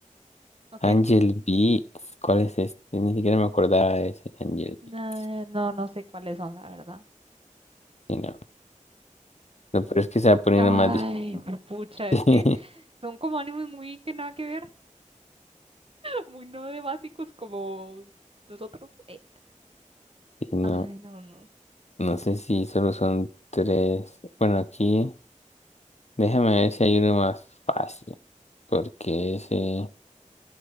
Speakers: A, on the right (about 45°); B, on the left (about 55°).
A: Ok,
B: Angel
A: como-
B: Beats. ¿Cuál es este? Ni siquiera me acordaba de ese Angel
A: na-
B: Beats.
A: no, no sé cuáles son, la verdad.
B: Sí, no. Lo peor es que se va poniendo
A: Ay,
B: más difícil.
A: pucha,
B: <laughs>
A: es que son como animes muy que nada que ver. muy no de básicos como nosotros. eh,
B: Sí, no.
A: Ay, no, no.
B: No sé si solo son tres. Bueno, aquí déjame ver si hay uno más fácil. Porque ese...